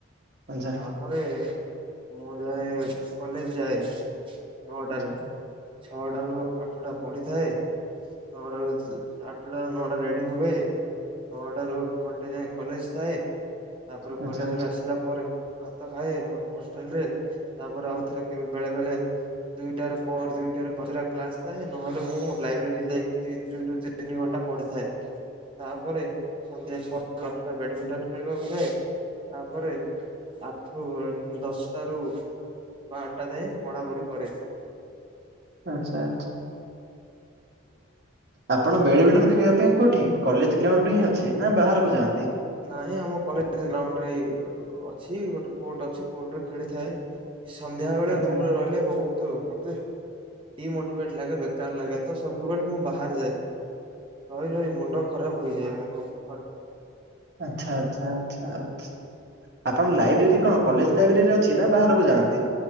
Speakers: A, on the right (about 55°); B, on the right (about 25°).
A: ଆଛା
B: ତାପରେ ମୁଁ ଯାଏ କଲେଜ ଯାଏ। ନଅଟାରେ,
A: ଆଛା
B: ଛଅଟାରୁ ଆଠୁଟା ପଢିଥାଏ ନଅଟାରୁ ଯା ଆଠଟାରୁ ନଅଟା ରେଡି ହୁଏ ନଅଟାରୁ ଘଣ୍ଟେ ଯାଏ କଲେଜ ଥାଏ। ତାପରେ
A: ଆଛା
B: କଲେଜରୁ ଆସିଲା ପରେ ଭାତ ଖାଏ ହ ହଷ୍ଟେଲରେ। ତାପରେ ଆଉ ଥରେ କେବେ ବେଳେ ବେଳେ ଦୁଇଟାରେ ପର ଦୁଇଟାରେ ପାଞ୍ଚଟା କ୍ଲାସ ଥାଏ ନହେଲେ ମୁଁ ଲାଇବ୍ରେରୀ ଯାଇକି ଦି ଦୁଇ <unintelligible> ଦି ଘଣ୍ଟା ପଡିଥାଏ। ତାପରେ ସନ୍ଧ୍ୟା ଛଅଟା <unintelligible> ଆଠୁଟା ବ୍ୟାଡମିଣ୍ଟନ ଖେଳିବାକୁ ଯାଏ ତାପରେ ଆଠୁ ଦଶଟାରୁ ବା ଆଠଟା ଯାଏଁ ପଢାପଢି କରେ।
A: ଆଚ୍ଛା ଆଚ୍ଛା। ଆପଣ ବେଡମିଣ୍ଟନ ଖେଳିବା ପାଇଁ କୋଉଠି କଲେଜ ଗ୍ରାଉଣ୍ଡରେ ହିଁ ଅଛି ନା ବାହାରକୁ ଯାଆନ୍ତି।
B: ନାଇଁ ଆମ କଲେଜ ଗ୍ରାଉଣ୍ଡରେ ହିଁ ଅଛି ଗୋଟେ କୋର୍ଟ ଅଛି କୋର୍ଟରେ ଖେଳିଥାଏ। ଏଇ ସନ୍ଧ୍ୟା ବେଳେ
A: ଆଛା
B: ରୁମରେ ରହିଲେ ବହୁତ ମତେ ଡିମୋଟିଭେଟ୍ ଲାଗେ ବେକାର ଲାଗେ ତ ସବୁବେଳେ ମୁଁ ବାହାରେ ଯାଏ। ରହି ରହି ମୁଣ୍ଡ ଖରାପ ହୋଇଯାଏ ମୋର ହର।
A: ଆଚ୍ଛା ଆଚ୍ଛା ଆଚ୍ଛା ଆଚ୍ଛା ଆପଣ ଲାଇବ୍ରେରୀ କଣ କଲେଜ ଲାଇବ୍ରେରୀରେ ଅଛି ନା ବାହାରକୁ ଯାଆନ୍ତି?